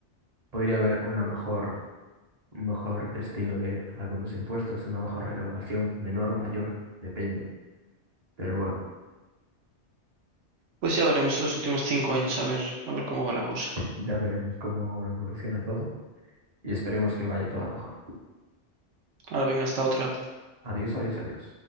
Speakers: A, on the right (about 40°); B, on the right (about 80°).
A: podría haber una mejor, un mejor destino de algunos impuestos, una mejor recaudación, menor, mayor, depende. Pero bueno,
B: Pues ya veremos los últimos cinco años, a ver, a ver cómo va la cosa.
A: ya veremos cómo evoluciona todo y esperemos que vaya todo a mejor.
B: Ahora venga, hasta otra.
A: Adiós, adiós, adiós.